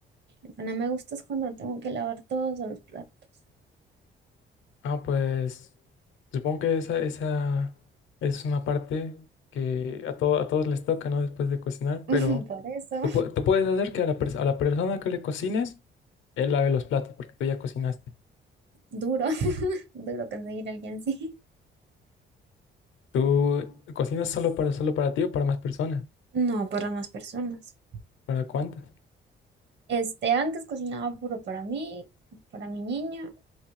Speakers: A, on the right; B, on the left.
A: Lo que no me gusta es cuando tengo que lavar todos los platos.
B: Ah, pues supongo que esa, esa es una parte que a, todo, a todos les toca, ¿no? Después de cocinar,
A: <laughs>
B: pero
A: Por eso,
B: tú, pu- tú puedes hacer que a la, pers- a la persona que le cocines, él lave los platos porque tú ya cocinaste.
A: duro, <laughs> duro conseguir a alguien así.
B: ¿Tú cocinas solo para, solo para ti o para más personas?
A: No, para más personas.
B: ¿Para cuántas?
A: Este, antes cocinaba puro para mí, para mi niño